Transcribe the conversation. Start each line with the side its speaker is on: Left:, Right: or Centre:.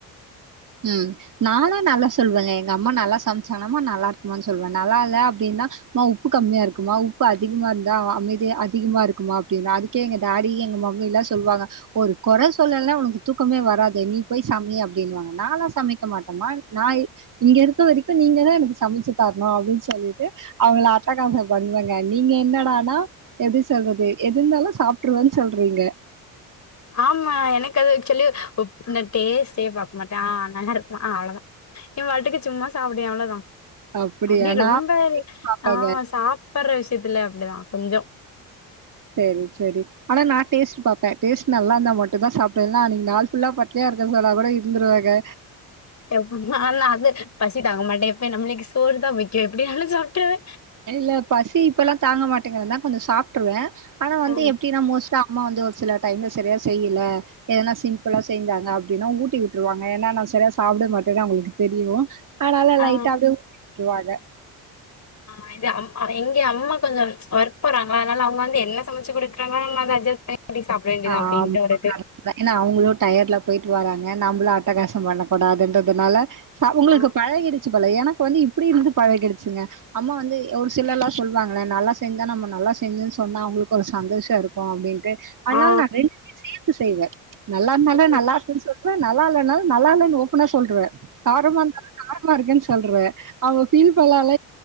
Right: ம் நாலா நல்லா சொல்வேங்க எங்க அம்மா நல்லா சமைச்சணம்மா நல்லா இருக்குமான்னு சொல்வே நல்லா இல்ல அப்டின்னா மா உப்பு கம்மியா இருக்குமா உப்பு அதிகமா இருந்தா அமைதி அதிகமா இருக்குமா அப்டின்னா அது எங்க டாடி எங்க மம்மில்லா சொல்லுவாங்க ஒரு கொற சொல்லல்னா உனக்கு தூக்கமே வராது நீ போய் சமை அப்டின்னுவாங்க <unintelligible> சமைக்க மாட்டமா நா இங்க இருக்க வரைக்கு நீங்கதா எனக்கு சமச்சு தரணு அப்டின்னு சொல்லிட்டு அவ்ளோ அட்டகாசோ பண்வேங்க நீங்க என்னடானா எப்டி சொல்றது எது இருந்தாலு சாப்ட்டுருவேன் சொல்றீங்க
Left: ஆம்மா எனக்கு அது சொல்லி உப்பு இல்ல டேஸ்ட்டே மட்டா ஆ நல்லா இருக்குமா ஆ அவ்ளதா எ பாட்டுக்கு சும்மா சாப்டுவே அவ்ளதா
Right: அப்டியா
Left: அப்டி
Right: நா
Left: ரொம்ப
Right: சாப்ட்டேங்க
Left: அ சாப்ட்ற விஷயத்துல அப்டிதா கொஞ்சோ
Right: செரி செரி ஆனா நா டேஸ்ட்டு பாப்பே டேஸ்ட்டு நல்லா இருந்த மட்டும்தா சாப்டுவே இல்லண்ணா அன்னிக்கு நாள் ஃபுல்லா பட்னியா இருக்க சொன்னா கூட இரு இருந்துருவாக
Left: எப்புமேல அது பசிதாங்க மாட்டே இப்ப நம்ளுக்கு சோறுதா முக்கியோ எப்டி னாலும் சாப்ட்ருவே
Right: இல்லே பசி இப்பல்லாம் தாங்க மாட்டேங்க வேணா கொஞ்சம் சாப்ட்ருவேன் ஆனா வந்து
Left: ஆ,
Right: எப்டி நா மோஸ்டா அம்மா வந்து ஒரு சில டைமில்ல சரியா செய்யல எதனா சிம்பிளா செஞ்சாங்க அப்டின்னா ஊட்டி விட்டுருவாங்க ஏன்னா நான் சரியா சாப்பிட மாட்டேன்னு அவங்களுக்கு தெரியும் ஆனால
Left: ஆ,
Right: லைட்டா அப்டியே ஊட்டி விட்ருவாங்க
Left: <inaudible> எங்க அம்மா கொஞ்சம் ஒர்க் போறாங்களா அதனால அவங்க வந்து என்ன சமைச்சு குடுக்குறா நம்ம அஜ்ஜஸ் <unintelligible> சாப்ட வேண்டியதான்
Right: ஆமா
Left: அப்டின்ட்டு ஒருக்கு
Right: கரெக்ட் ஏன்னா அவங்களு டயர்டுல போயிட்டு வராங்க நம்மளு அட்டகாசம் பண்ணக்கூடாதுன்றதுனால உங்களுக்கு
Left: ஆ,
Right: பழகிடிச்சு போல எனக்கு வந்து இப்டி இருந்து பழ கிடிச்சுங்க அம்மா வந்து ஒரு சிலர் எல்லா சொல்லுவாங்களே நல்லா செஞ்சா நம்ம நல்லா செஞ்சுன்னு சொன்னா அவங்களுக்கு ஒரு சந்தோஷ இருக்கும் அப்டின்ட்டு அதனால
Left: ஆ,
Right: <unintelligible> சேத்து செய்வேன் நல்லா இருந்தாலு
Left: ஓ!
Right: நல்லா இருக்னு சொல் நல்லா இல்லனாலு நல்ல இல்லன்னு ஓபனா சொல்ருவே காரமா இருந்தாலு காரமா இருக்குன்னு சொல்ருவே அவ ஃபீல் பண்ணலால